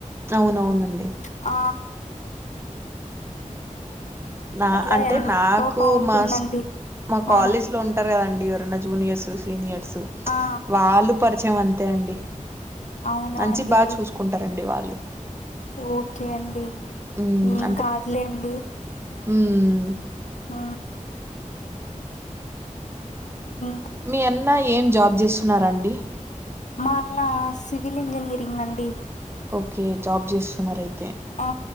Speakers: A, on the right (about 20°); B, on the left (about 65°).
A: అవునవునండి
B: ఆ
A: నా
B: అట్లా
A: అంటే
B: ఎంతో
A: నాకు
B: బాగుంటుందండి
A: మా స్కూ మా కాలేజ్
B: ఆ
A: లో ఉం టరు కదండి ఎవరన్నా జూనియర్స్ సీనియర్స్
B: ఆ
A: వాళ్ళు పరిచయం అంతే అండి
B: అవునా
A: మంచి
B: అండి
A: బాగ చూసుకుంటారండి వాళ్ళు
B: ఓకే అండి
A: ఉమ్,
B: ఏం
A: అంటే
B: కాదులే అండి
A: ఉమ్
B: ఆ ఉ
A: మీ అన్న ఏం జాబ్ చేస్తున్నారండి
B: మా అన్న సివిల్ ఇంజనీరింగ్ అండి
A: ఓకే జాబ్ చేస్తున్నారు అయితే
B: ఆ